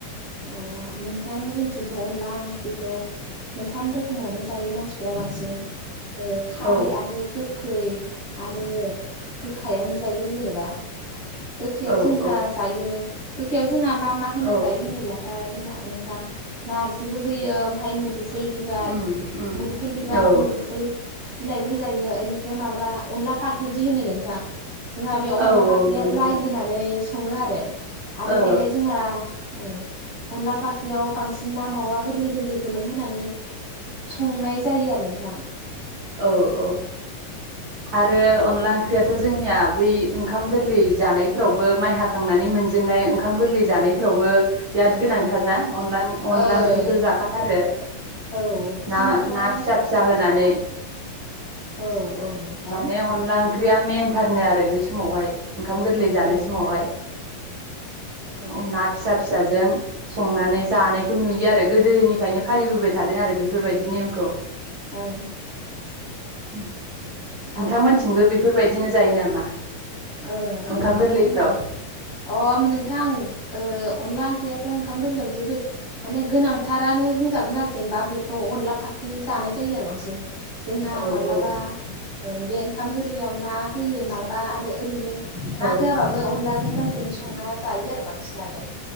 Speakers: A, on the left; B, on the right.
A: अ नोंथां जों निथिथ' अनला ओंख्रिखौ मोन थाम रोखोमावनो जायो मानसि फोरा बांसिन। ओ खारै
B: औ
A: आरो गोखै आरो गोखा यावनो जायो जेनेबा। गोखैयाव
B: औ
A: जोंहा
B: औ
A: जायो। गोखै जोंहा मा मा होना
B: औ
A: जायो होनोब्ला ओमफ्राय ना नोंथां नारजिबो होयो ओमफ्राय मुदुफुल बिबार
B: उम उम
A: मुदुफुल बिबार
B: औ
A: मुदुफुल बिलाइबो जायो बेनिफ्राय मालाबा अनला फाख्रिदि होनो नोंथां जोंहा बे अनला
B: औ
A: फाख्रिया
B: औ नंगौ नोंथां
A: लाइ होनानै सङो आरो। आरो
B: ओ
A: बेहाय जोंहा अनला फाख्रियाव बांसिन ना मावा गोरलै गोरलैखौनो होनानै संनाय जायो आरो नोंथां
B: औ औ आरो अनला ओंख्रियाथ' जोंनिया बै ओंखाम गोरान जानायफोरावबो माइ ह थांनानै मोनजेननाय ओंखाम गोरलै जानायफोरावबो बिराद गोनांथारना
A: ओं
B: अनला - अनला
A: ओं
B: ओंख्रिखौ जाखाथारो
A: औ जोंहाथ'
B: ना -
A: औ
B: ना फिसा - फिसा होनानै
A: औ नोंथां
B: माने अनला ओं ओंख्रिया मेनथारनो आरो बे समावहाय ओंखाम गोरलै जानाय
A: ओं
B: समावहाय
A: ओं
B: उम ना फिसा फिसाजों संनानै
A: ओं
B: जानायखौ नुयो आरो फाय गोदोनिफ्रायनो फालिबोबाय थादों आरो बेफोरबायदि नेमखौ
A: ओं
B: उ नोंथांमोनथिंबो
A: आरो
B: बेफोरबायदि बिदिनो जायो नामा
A: ओं - ओं
B: ओंखाम
A: नोंथां
B: गोरलैफ्राव
A: जायो अम नोंथां ओ अनला ओंख्रिया ओंखाम गोरलैयाव जोबोद माने गोनांथारानो बुंजागोन आरो जेनेबा बेखौ अनला फाख्रि जानाय जायो आरो बांसिन जोंहा
B: औ
A: माब्लाबा
B: औ
A: ओ बे ओंखाम गोरलैयाव ना होयो मालाबा बे ओरैनो ना
B: औ
A: होआबाबो अनलाजों लायजों संना जायो आरो बांसिनानो